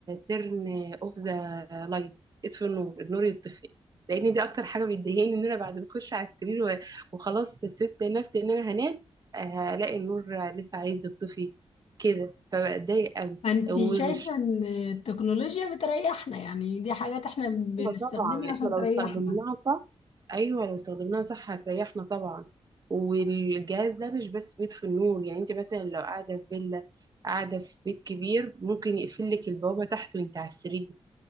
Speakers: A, on the right; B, on the left.
A: ترن اوف ذا لايت اطفي النور النور يطفي لان دي اكتر حاجة بتضايقني ان انا بعد ما اخش على السرير و- وخلاص سبت نفسي ان انا هنام آه، هلاقي النور لسه عايز يطفي كده فبتضايق قوي
B: انت
A: والمشكلة
B: شايفه ان التكنولوجيا بتريحنا يعني دي حاجات احنا بنستخدمها
A: طبعا
B: عشان
A: احنا لو
B: تريحنا
A: استخدمناها صح ايوه لو استخدمناها صح هتريحنا طبعا والجهاز ده مش بس بيطفي النور يعني انت مثلا لو قاعده في فيلا قاعده في بيت كبير ممكن يقفل لك البوابه تحت وانت على السرير